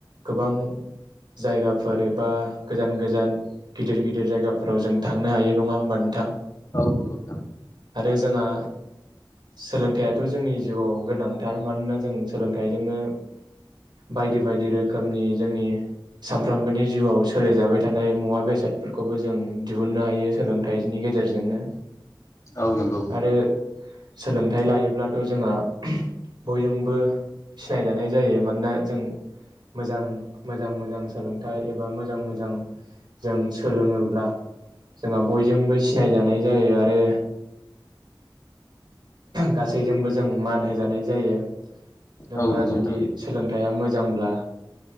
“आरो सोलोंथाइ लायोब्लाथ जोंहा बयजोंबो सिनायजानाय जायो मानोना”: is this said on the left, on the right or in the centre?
Right